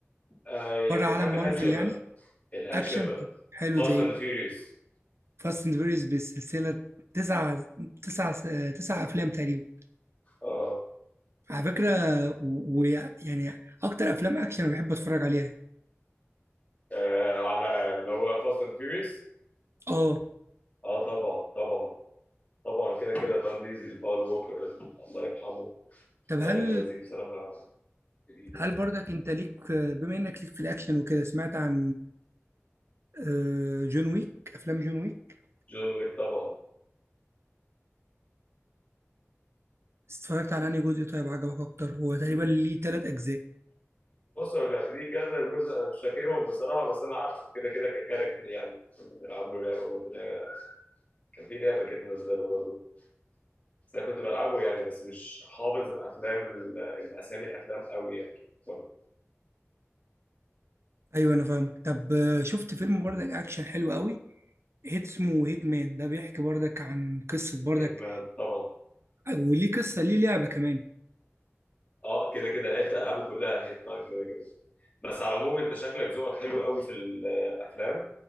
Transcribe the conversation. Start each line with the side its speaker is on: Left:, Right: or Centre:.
Left: آه يعني
Right: بره عالم
Left: بحب الاكشن
Right: مارفل يعني
Left: بقى الاكشن
Right: أكشن
Left: بقى
Right: طب حلو
Left: فاست
Right: زي
Left: اند
Right: إيه؟
Left: فيوريوس
Right: فاست اند فيوريوس بالسلسله تسع تسع تسع افلام تقريبا
Left: اه
Right: على فكره ويعني اكتر افلام اكشن انا بحب اتفرج عليها
Left: آه، على اللي هو فاست اند فيوريوس
Right: اه
Left: اه طبعا طبعا طبعا كده كده فان ديزل باول ووكر الله يرحمه
Right: طب هل
Left: آه الناس دي بصراحه جديده
Right: هل برضك انت ليك بما انك ليك في الاكشن وكده سمعت عن آه، جون ويك افلام جون ويك
Left: جون ويك طبعا
Right: اتفرجت على انهي جزء طيب عجبك اكتر هو تقريبا ليه ثلاث اجزاء
Left: بص هو كان ليه كذا جزء انا مش فاكرهم بصراحه بس انا عارفه كده كده ككاركتر يعني كنا بنلعب له لعبه برضه لعبة- كان في لعبه كده نزلها برضه بس انا كنت بلعبه يعني بس مش حافظ افلام ال- الاسامي الافلام قوي يعني برضه
Right: ايوه انا فاهمك طب آه، شفت فيلم برضك اكشن حلو قوي هيت اسمه هيت مان ده بيحكي برضك عن قصه برضك
Left: هيتمان طبعا
Right: وليه قصه ليه لعبه كمان
Left: اه كده كده لعبت العابه كلها هيتمان كده كده بس على العموم انت شكلك ذوقك حلو قوي في الافلام